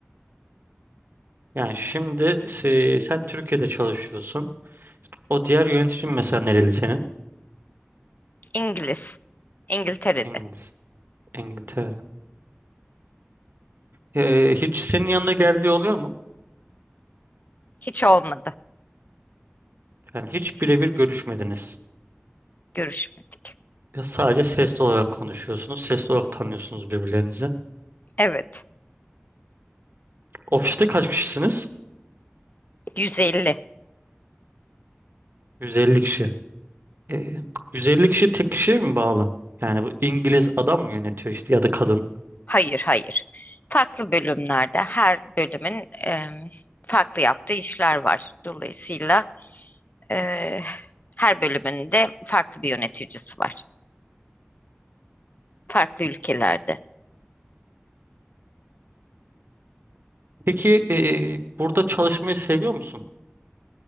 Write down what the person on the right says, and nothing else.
Yani şimdi se- sen Türkiye'de çalışıyorsun. O diğer yöneticin mesela nereli senin?
İngiliz. İngiltere'de. Eee, hiç senin yanına geldiği oluyor mu?
Yani hiç birebir görüşmediniz.
Ya sadece sesli olarak konuşuyorsunuz. Sesli olarak tanıyorsunuz birbirlerinizi.
Ofiste kaç kişisiniz?
150 kişi. Ee, 150 kişi tek kişiye mi bağlı? Yani bu İngiliz adam mı yönetiyor işte ya da kadın?
Peki ee, burada çalışmayı seviyor musun?